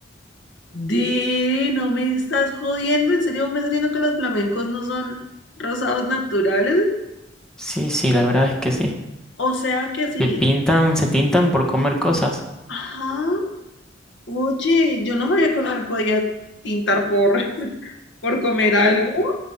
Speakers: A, on the left; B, in the centre.
A: Didi, no me estás jodiendo. ¿En serio me estás diciendo que los flamencos no son rosados naturales?
B: Sí, sí, la verdad es que sí.
A: O sea que sí.
B: Se pintan, se tintan por comer cosas.
A: Ajá. Oye, yo no sabía que uno podía tintar por, <laughs> por comer algo.